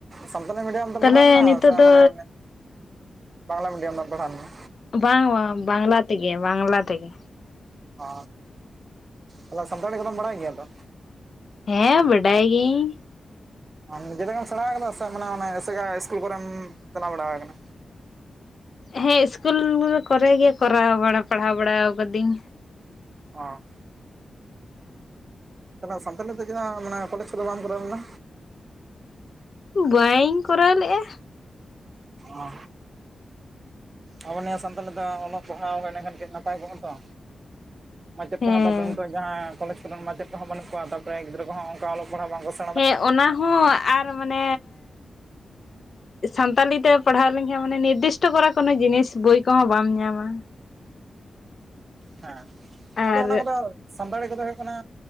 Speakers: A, on the right; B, on the left.
A: ᱥᱟᱱᱛᱟᱲᱤ ᱢᱤᱰᱤᱭᱟᱢ ᱛᱮᱢ
B: ᱛᱟᱦᱚᱞᱮ
A: ᱯᱟᱲᱦᱟᱣ ᱞᱮᱱᱟ
B: ᱱᱤᱛᱚᱜ
A: ᱥᱮ
B: ᱫᱚ
A: ᱢᱟᱱᱮ ᱵᱟᱝᱞᱟ ᱢᱤᱰᱤᱭᱟᱢᱮᱢ ᱯᱚᱲᱦᱟᱣ ᱞᱮᱱᱟ?
B: ᱵᱟᱝ ᱵᱟᱝ ᱵᱟᱝᱞᱟ ᱛᱮᱜᱮ ᱵᱟᱝᱞᱟ ᱛᱮᱜᱮ᱾
A: ᱚ ᱛᱟᱦᱞᱮ ᱥᱟᱱᱛᱷᱟᱲᱤ ᱠᱚᱫᱚᱢ ᱵᱟᱲᱟᱭ ᱜᱮᱭᱟ ᱛᱚ?
B: ᱦᱮᱸ ᱵᱟᱰᱟᱭ ᱜᱤᱭᱟᱹᱧ᱾
A: ᱱᱤᱡᱮ ᱛᱮᱜᱮᱢ ᱥᱮᱲᱟ ᱟᱠᱟᱫᱟ ᱥᱮ ᱢᱟᱱᱮ ᱮᱥᱮᱠᱟᱭ ᱤᱥᱠᱩᱞ ᱠᱚᱨᱮᱢ ᱪᱟᱞᱟᱣ ᱵᱟᱲᱟ ᱟᱠᱟᱱᱟ?
B: ᱦᱮᱸ ᱤᱥᱠᱩᱞ ᱠᱚᱨᱮ ᱜᱮ ᱠᱚᱨᱟᱣ ᱵᱟᱲᱟ ᱯᱟᱲᱦᱟᱣ ᱵᱟᱲᱟᱣ ᱠᱟᱫᱤᱧ᱾
A: ᱚᱻ ᱛᱟᱦᱞᱮ ᱥᱟᱱᱛᱟᱞᱤ ᱛᱮ ᱪᱮᱫᱟᱜ ᱠᱚᱞᱮᱡᱽ ᱠᱚᱫᱚ ᱵᱟᱢ ᱠᱚᱨᱟᱣ ᱞᱮᱫᱟ?
B: ᱵᱟᱹᱧ ᱠᱚᱨᱟᱣ ᱞᱮᱜᱼᱟ᱾
A: ᱚᱻ ᱟᱵᱚ ᱱᱤᱭᱟᱹ ᱥᱟᱱᱛᱷᱟᱞᱤ ᱫᱚ ᱚᱞᱚᱜ ᱯᱟᱲᱦᱟᱣ ᱮᱱᱮᱠᱷᱟᱱ ᱠᱟᱹᱡ ᱱᱟᱯᱟᱭ ᱠᱚᱜᱼᱟ ᱛᱚ᱾ ᱢᱟᱪᱮᱫ
B: ᱦᱮᱸ
A: ᱠᱚᱦᱚᱸ ᱫᱚ ᱠᱚᱣᱟ ᱡᱟᱦᱟᱸᱭ ᱠᱚᱞᱮᱡᱽ ᱠᱚᱨᱮᱱ ᱢᱟᱪᱮᱫ ᱠᱚᱦᱚᱸ ᱵᱟᱹᱱᱩᱜ ᱠᱚᱣᱟ ᱛᱟᱨᱯᱚᱨᱮ ᱜᱤᱫᱽᱟᱹ ᱠᱚᱦᱚᱸ ᱚᱝᱠᱟ ᱚᱞᱚᱜ ᱯᱟᱲᱦᱟᱜ ᱵᱟᱝᱠᱚ ᱥᱮᱼᱼ
B: ᱦᱮᱸ ᱚᱱᱟ ᱦᱚᱸ ᱟᱨ ᱢᱟᱱᱮ ᱥᱟᱱᱛᱟᱞᱤ ᱛᱮ ᱯᱟᱲᱦᱟᱣ ᱞᱮᱱᱠᱷᱟᱱ ᱢᱟᱱᱮ ᱱᱤᱨᱫᱤᱥᱴᱚ ᱠᱚᱨᱮ ᱠᱳᱱᱳ ᱡᱤᱱᱤᱥ ᱵᱳᱭ ᱠᱚᱦᱚᱸ ᱵᱟᱢ ᱧᱟᱢᱟ᱾
A: ᱦᱮᱸ
B: ᱟᱨ
A: ᱟᱫᱚ ᱚᱱᱟ ᱠᱚᱫᱚ ᱥᱟᱱᱛᱟᱲᱤ ᱠᱚᱫᱚ ᱦᱳᱭᱳᱜ ᱠᱟᱱᱟ